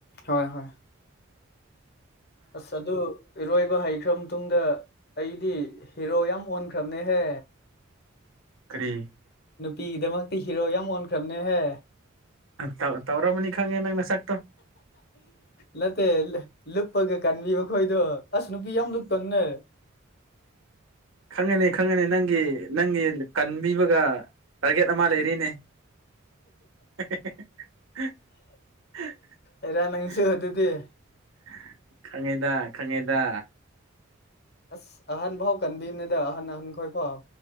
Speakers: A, on the left; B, on the right.
A: ꯍꯣꯏ ꯍꯣꯏ ꯑꯁ ꯑꯗꯨ ꯏꯔꯣꯏꯕ ꯍꯩꯈ꯭ꯔ ꯃꯇꯨꯡꯗ ꯑꯩꯗꯤ ꯍꯤꯔꯣ ꯌꯥꯝ ꯑꯣꯟꯈ꯭ꯔꯕꯅꯦꯍꯦ
B: ꯀꯔꯤ
A: ꯅꯨꯄꯤꯒꯤꯗꯃꯛꯇꯤ ꯍꯤꯔꯣ ꯌꯥꯝ ꯑꯣꯟꯈ꯭ꯔꯕꯅꯦꯍꯦ
B: ꯇꯧ ꯇꯧ꯭ꯔꯣꯕꯨꯅꯤ ꯈꯪꯦ ꯅꯪ ꯅꯁꯥꯛꯇꯣ
A: ꯅꯠꯇ ꯂꯨꯨꯞꯄꯒ ꯀꯥꯟꯕꯤꯕ ꯈꯣꯏꯗꯣ ꯑꯁ ꯅꯨꯄꯤ ꯌꯥꯝ ꯂꯨꯞ ꯀꯟꯅ
B: ꯈꯪꯉꯅꯤ ꯈꯪꯉꯅꯤ ꯅꯪꯒꯤ ꯅꯪꯒꯤ ꯀꯟꯕꯤꯕꯒ ꯇꯥꯔꯒꯦꯠ ꯑꯃ ꯂꯩꯔꯤꯅꯦ <unintelligible>
A: ꯑꯦꯔꯥ ꯅꯪꯁꯨ ꯑꯗꯨꯗꯤ
B: ꯈꯉꯦꯗ ꯈꯪꯉꯦꯗ
A: ꯑꯁ ꯑꯍꯟ ꯐꯥꯎ ꯀꯟꯕꯤꯅꯤꯗ ꯑꯍꯟ ꯑꯍꯟꯈꯣꯏ ꯐꯥꯎ